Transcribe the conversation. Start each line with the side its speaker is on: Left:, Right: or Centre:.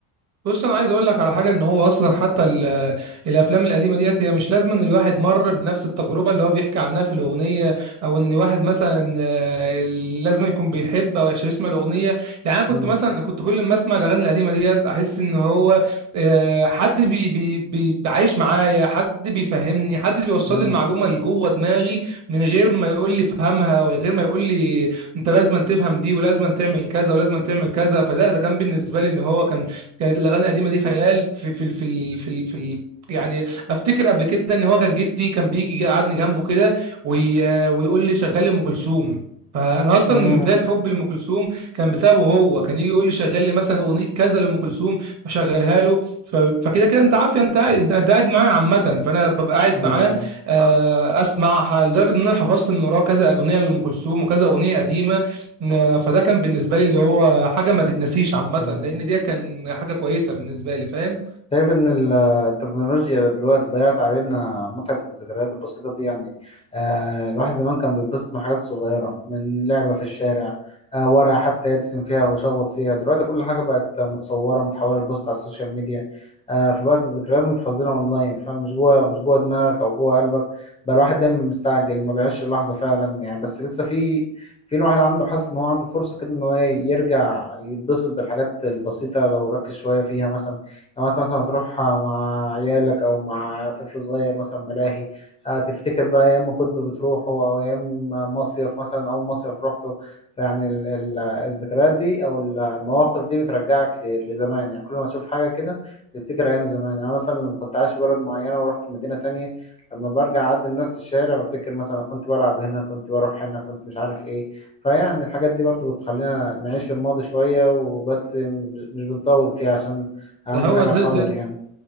Right: بص انا عايز اقول لك على حاجه ان هو اصلا حتى ال- الافلام القديمه ديت هي مش لازم ان الواحد مر بنفس التجربه اللي هو بيحكي عنها في الاغنيه او ان واحد مثلا آه، لازم يكون بيحب او يسمع الاغنيه يعني انا كنت
Left: مم.
Right: مثلا كنت كل ما اسمع الاغاني القديمه ديت احس ان هو آه، حد بي بي بي عايش معايا حد بيفهمني حد بيوصل
Left: مم.
Right: لي المعلومه اللي جوه دماغي من غير ما يقول لي فهمها ولا غير ما يقول لي انت لازم تفهم دي ولازم تعمل كذا ولازم تعمل كذا فده ده كان بالنسبه لي ان هو كان كانت الاغاني القديمه دي خيال في في في ال- في ال- في ال- يعني افتكر قبل كده ان هو كان جدي كان بيجي يقعدني جنبه كده وي... ويقول لي شغال لي ام كلثوم فانا اصلا
Left: مم.
Right: من بدايه حبي لام كلثوم كان بسببه هو كان يجي يقول لي شغال لي مثلا اغنيه كذا لام كلثوم فشغلها له ف... فكده كده انت عارف يعني انت قاعد انت انت قاعد معاه عامه فانا ببقى قاعد
Left: مم.
Right: معاه آه، اسمع لدرجه ان انا حفظت من وراه كذا اغنيه لام كلثوم وكذا اغنيه قديمه ن- فده كان بالنسبه لي اللي هو حاجه ما تتنسيش عامه
Left: مم.
Right: لان دي كان حاجه كويسه بالنسبه لي فاهم
Left: شايف إن ال- آه، التكنولوجيا دلوقتي ضيعت علينا متعة الذكريات البسيطة دي يعني آه الواحد زمان كان بيتبسط من حاجات صغيرة من لعبة في الشارع آه ورقة حتى يرسم فيها ويشخبط فيها دلوقتي كل حاجة بقت متصورة متحولة لبوست على السوشيال ميديا آه فبقت الذكريات متخزنة أونلاين فمش جوه مش جوه دماغك أو جوه قلبك بقى الواحد دايما مستعجل ما بيعيش اللحظة فعلا يعني بس لسه في في الواحد عنده حاسس إن هو عنده فرصة كده إن هو يرجع يتبسط بالحاجات البسيطة لو ركز شوية فيها مثلا لما انت مثلا تروح مع عيالك او مع طفل صغير مثلا ملاهي آه، تفتكر بقى ايام ما كنتوا بتروحوا او ايام مصيف مثلا اول مصيف روحته يعني ال- ال- الذكريات دي او ال- المواقف دي بترجعك ل- لزمان يعني كل ما تشوف حاجه كده تفتكر ايام زمان يعني مثلا لما كنت عايش في بلد معينه ورحت مدينه تانية لما برجع اعدي نفس الشارع بفتكر مثلا أنا كنت بلعب هنا كنت بروح هنا كنت مش عارف ايه فيعني الحاجات دي برضو بتخلينا نعيش في الماضي شويه وبس م- مش بنطول فيها عشان اهم
Right: ده هو
Left: حاجة
Right: ده,
Left: الحاضر
Right: ده
Left: يعني